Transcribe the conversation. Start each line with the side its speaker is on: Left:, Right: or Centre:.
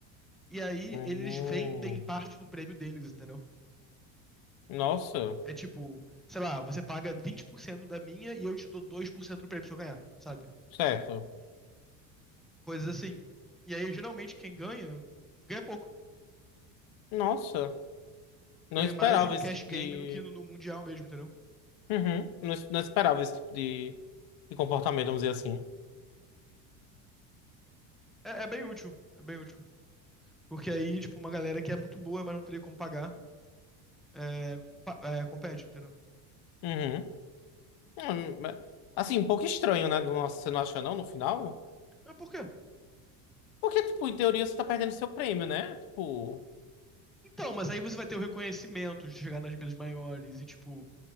Centre: E aí
Left: hum.
Centre: eles vendem parte do prêmio deles, entendeu?
Left: Nossa,
Centre: É tipo, sei lá, você paga 20% da minha e eu te dou 2% do prêmio se eu ganhar, sabe?
Left: certo.
Centre: Coisas assim. E aí, geralmente, quem ganha, ganha pouco.
Left: Nossa, não
Centre: Ganha
Left: esperava
Centre: mais em cash
Left: esse tipo
Centre: game
Left: de...
Centre: do que no, no mundial mesmo, entendeu?
Left: Uhum, não, es- não esperava esse tipo de, de comportamento, vamos dizer assim.
Centre: É, é bem útil, é bem útil. Porque aí, tipo, uma galera que é muito boa, mas não teria como pagar, é, pa- é, compete, entendeu?
Left: Uhum. Hum, mas- Assim, um pouco estranho, né? Nossa, você não acha não, no final?
Centre: É por quê?
Left: Porque, tipo, em teoria você tá perdendo seu prêmio, né? Tipo...
Centre: Então, mas aí você vai ter o reconhecimento de chegar nas mesas maiores e, tipo,